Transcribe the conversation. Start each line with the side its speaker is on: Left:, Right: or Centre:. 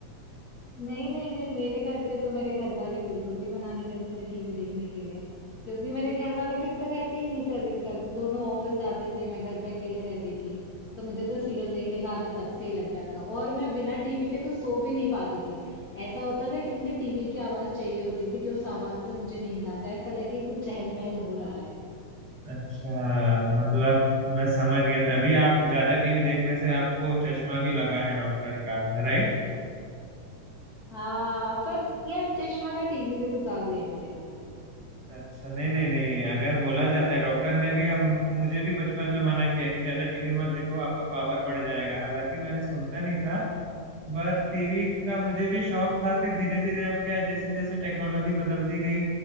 Left: नहीं नहीं नहीं मेरे घर पे तो मेरे घर वाले बिल्कुल भी मना नहीं करते थे टीवी देखने के लिए क्योंकि मेरे घर वाले घर पे रहते ही नहीं थे अधिकतर दोनों ऑफिस जाते थे मैं घर पे अकेले रहती थी तो मुझे तो सीरियल देखने का आदत तब से ही लग गया था और मैं बिना टीवी के तो सो भी नहीं पाती थी ऐसा होता था कि मुझे टीवी की आवाज चाहिए होती थी कि उस आवाज से मुझे नींद आ जाए ऐसा लगे कि कुछ चहल पहल हो रहा है
Right: अच्छा मतलब मैं समझ गया तभी आप ज्यादा टीवी देखने से आपको चश्मा भी लगा है डॉक्टर का राइट
Left: हाँ पर यार चश्मा का टीवी से कुछ ज्यादा लेना देना नहीं है
Right: अच्छा नहीं नहीं नहीं अगर बोला जाता है डॉक्टर ने भी हम मुझे भी बचपन में मना किया कि ज्यादा टीवी मत देखो आपका पावर बढ़ जाएगा हालांकि मैंने सुनता नहीं था पर टीवी का मुझे भी शौक था फिर धीरे धीरे अब क्या है जैसे जैसे टेक्नोलॉजी बदलती गई